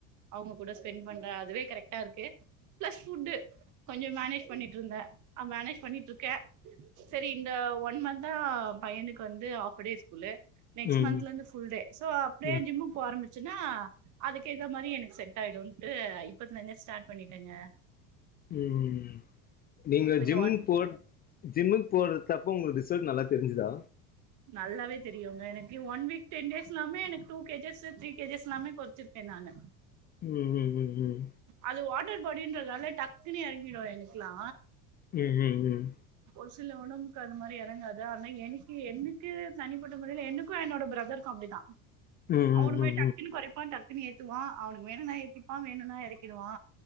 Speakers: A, on the right; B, on the left.
A: அவங்க கூட ஸ்பெண்ட் பண்ற அதுவே கரெக்ட்டா இருக்கு பிளஸ் ஃபுட் கொஞ்சோ மேனேஜ் பண்ணிட்டு இருந்த ஆ மேனேஜ் பண்ணிட்டு இருக்க செரி இந்த ஒன் மந்தா பையனுக்கு வந்து ஹாப் டே ஸ்கூலு நெக்ஸ்ட்
B: ம் ம்
A: மந்த்ல இருந்து ஃபுல் டே சோ அப்டியே
B: ம்
A: ஜிம்கு போக ஆரம்பிச்சின்னா அதுக்கு இத மாறி எனக்கு செட் ஆயிடுன்டு இப்பத்லே இருந்தே ஸ்டார்ட் பண்ணிட்டேங்க
B: ம் நீங்க
A: பின்ன
B: ஜிம்
A: ஒன்
B: போட் ஜிம்முக்கு போற தப்ப உங்களுக்கு ரிசல்ட் நல்லா தெரிஞ்சதா
A: நல்லாவே தெரியுங்க எனக்கு ஒன் வீக் டென் டேஸ் எல்லாமே எனக்கு டூ கேஜஸ் த்ரீ கேஜஸ் எல்லாமே குறைச்சிருக்க நானு
B: உம் உம் உம்
A: அது வாட்டர் பாடின்றதால டக்குனு இறங்கிடு எனக்கெல்லா
B: உம் உம் உம்
A: ஒரு சில உடம்புக்கு அது மாறி எறங்காது ஆனா எனக்கு என்க்கு தனிப்பட்ட முறையில் என்க்கு என்னோட பிரதருக்கு அப்டிதா
B: ம் ம்
A: அவனுமே டக்குனு குறைப்பா டக்குனு ஏத்துவா அவனுக்கு வேணும்னா ஏத்திப்பா வேணும்னா எரக்கிடுவா